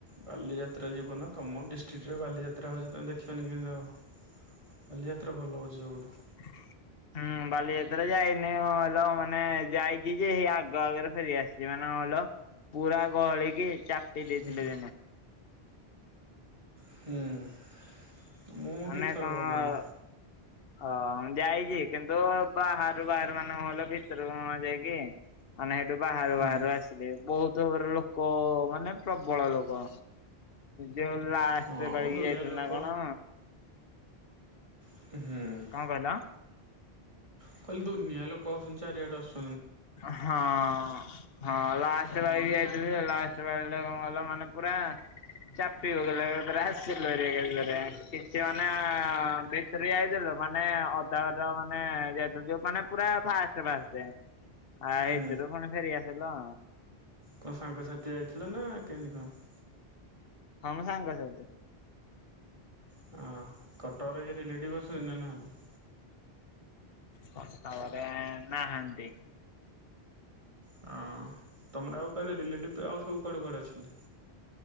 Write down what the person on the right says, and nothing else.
ବାଲିଯାତ୍ରା ଜୀବନା ତମ ଡିଷ୍ଟ୍ରିକଟରେ ବାଲିଯାତ୍ରା ହଉଛି ତମେ ଦେଖିବନି କେମିତି ହବ। ବାଲିଯାତ୍ରା ଭଲ ହଉଛି ସବୁଠୁ।
ହୁଁ ହୁଁ। ମୁଁ
ଦିଥର
ଗଲିଣି।
ହୁଁ
ହଁ ଆମ
ଦୁନିଆ
ଲୋକ
ହୁଁ।
ମୁଁ କହିଲି ଦୁନିଆ ଲୋକ ଆଉଛନ୍ତି ଚାରିଆଡୁଆସୁଛନ୍ତି
ହୁଁ
କଣ ସାଙ୍ଗସାଥି ଯାଇଥିଲ ନା କେମିତି କଣ?
ହଁ କଟକ ରେ କିଏ ରିଲେଟିଭ ଅଛନ୍ତି ନା ନାହାନ୍ତି?
ହଁ ତମର ଆଉ କାଲି ରିଲେଟିଭ ଆଉ ସବୁ କୁଆଡେ କୁଆଡେ ଅଛନ୍ତି?